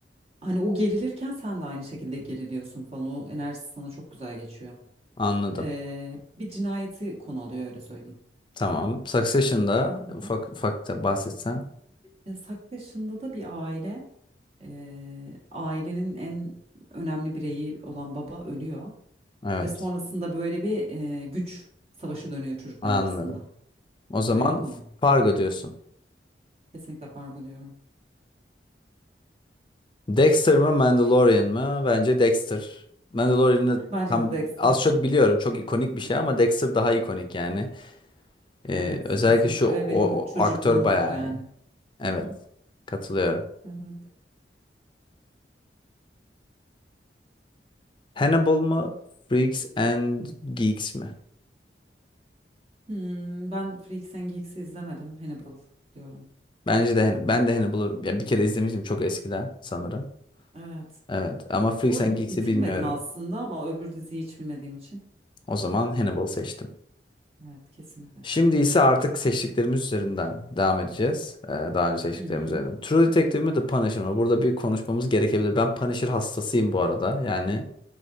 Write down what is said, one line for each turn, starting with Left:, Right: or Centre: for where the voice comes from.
Right: hani o gerilirken sen de aynı şekilde geriliyorsun falan. O enerjisi sana çok güzel geçiyor.
Left: Anladım.
Right: Ee, bir cinayeti konu alıyor öyle söyleyeyim.
Left: Tamam. Succession'da
Right: Hı hı.
Left: ufak ufak da bahsetsen.
Right: E, Saktaş'ında da bir aile, e, ailenin en önemli bireyi olan baba ölüyor
Left: Evet.
Right: ve sonrasında böyle bir e, güç savaşı dönüyor çocuklar
Left: Anladım.
Right: arasında.
Left: O zaman
Right: Böyle bir konu.
Left: Fargo diyorsun.
Right: Kesinlikle fark diyorum.
Left: Dexter mı Mandalorian mı? Bence Dexter. Mandalorian'ı
Right: Bence
Left: tam
Right: de Dexter.
Left: az çok biliyorum. Çok ikonik bir şey ama Dexter daha ikonik yani. Ee,
Right: Evet,
Left: özellikle
Right: kesinlikle
Left: şu
Right: ve
Left: o,
Right: benim
Left: o
Right: çocukluğumdur
Left: aktör bayağı
Right: yani.
Left: iyi. Evet.
Right: <laughs>
Left: Katılıyorum.
Right: Evet.
Left: Hannibal mı? Freaks and Geeks mi?
Right: Hmm, ben Freaks and Geeks'i izlemedim. Hannibal diyorum.
Left: Bence de Han- ben de Hannibal'ı ya bir kere izlemiştim çok eskiden sanırım.
Right: Evet.
Left: Evet ama Freaks
Right: Bu arada
Left: and Geeks'i
Right: bitirmedim
Left: bilmiyorum.
Right: aslında ama öbür diziyi hiç bilmediğim için.
Left: O zaman Hannibal seçtim.
Right: Evet, kesinlikle.
Left: Şimdi ise artık seçtiklerimiz üzerinden devam edeceğiz. Ee, daha önce seçtiklerimiz
Right: Hı hı.
Left: üzerinden. True Detective mi The Punisher mı? Burada bir konuşmamız gerekebilir. Ben Punisher hastasıyım bu arada. Yani